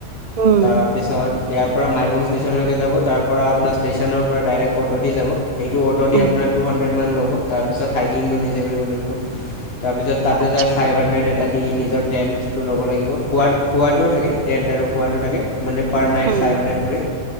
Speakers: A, on the right; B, on the left.
A: উম
B: তাৰপিছত ইয়াৰ পৰা মাইবং ষ্টেচনলৈকে যাব। তাৰ পৰা আপোনাৰ ষ্টেচনৰ পৰা ডাইৰেক্ট অ'টো দি যাব। সেইটো অ'টোদি
A: উম
B: আপোনাৰ টু হানড্ৰেত মান ল'ব। তাৰপিছত হাইকিংটো নিজে কৰিব লাগিব। তাৰপিছত তাতে
A: আচ্ছা
B: যাই ফাইভ হানড্ৰেট এটা দি নিজৰ টেণ্টটো ল'ব লাগিব। খোৱা- খোৱাটোও থাকে, টেণ্ট আৰু খোৱাটো থাকে। মানে per night
A: um
B: five hundred কৰি।